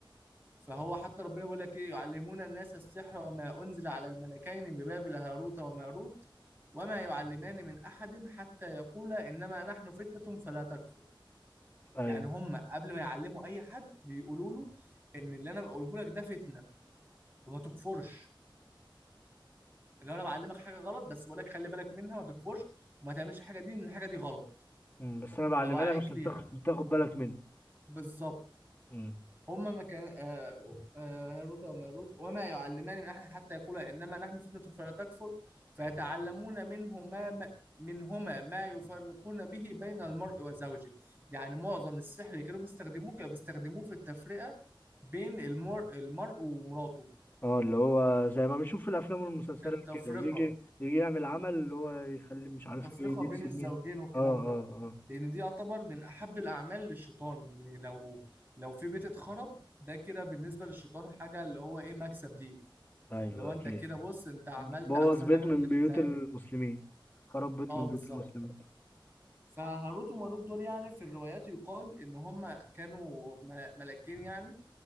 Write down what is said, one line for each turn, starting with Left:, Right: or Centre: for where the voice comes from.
Right: فهو حتى ربنا بيقول لك ايه يعلمون الناس السحر وما انزل على الملكين ببابل هاروت وماروت وما يعلمان من احد حتى يقولا انما نحن فتنة فلا تكفر
Left: ايوه
Right: يعني هم قبل ما يعلموا اي حد بيقولوا له ان اللي انا بقوله لك ده فتنة فما تكفرش اللي هو انا بعلمك حاجة غلط بس بقول لك خلي بالك منها ما تكفرش وما تعملش الحاجة دي ان الحاجة دي غلط
Left: مم. بس انا بعلمها
Right: بوعيك
Left: لك عشان
Right: ليها
Left: تاخد تاخد بالك منها
Right: بالظبط
Left: مم.
Right: هما ما كان آه، آه، هاروت وماروت وما يعلمان من أحد حتى يقولا إنما نحن فتنة فلا تكفر فيتعلمون منهما ما منهما ما يفرقون به بين المرء وزوجه يعني معظم السحر اللي كانوا بيستخدموه كانوا بيستخدموه في التفرقة بين المر... المرء ومراته
Left: اه اللي هو زي ما بنشوف في الافلام والمسلسلات
Right: التفرقة
Left: كده بيجي يجي يعمل عمل اللي هو يخلي مش عارف
Right: التفرقة
Left: ايه دي
Right: بين
Left: تسيب
Right: الزوجين
Left: مين
Right: والكلام
Left: اه اه
Right: ده لأن دي يعتبر من أحب الأعمال للشيطان إن لو لو في بيت اتخرب ده كده بالنسبة للشيطان حاجة اللي هو إيه مكسب ليه
Left: اه ايوه
Right: لو انت
Left: اكيد
Right: كده بص انت عملت
Left: بوظ
Right: احسن
Left: بيت
Right: حاجه ممكن
Left: من
Right: تتعمل
Left: بيوت المسلمين خرب بيت
Right: اه
Left: من بيوت
Right: بالظبط
Left: المسلمين
Right: فهاروت وماروت دول يعني في الروايات يقال ان هم كانوا م- ملاكين يعني